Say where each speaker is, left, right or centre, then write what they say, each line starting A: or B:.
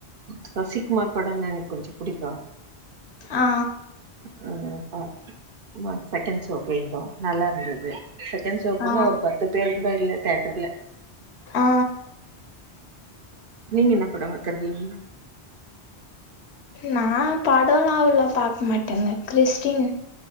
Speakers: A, on the right; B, on the left.
A: சசிக்குமார் படன்ன எனக்கொஞ்சு புடிக்கு அ
B: ஆ
A: ஆ பா ந செகண் ஷோ போயிருந்தோ நல்லா இர்ந்துது செகண் ஷோவுக் போனா
B: ஆ
A: ஒரு பத்து பேரு கூட இல்ல தேட்டர்ல
B: ஆ
A: நீங்க என்ன படம் பாத்திருக்கீங்க
B: நா படோலா அவ்ளோ பாக் மாட்டேங்க கிறிஸ்டின்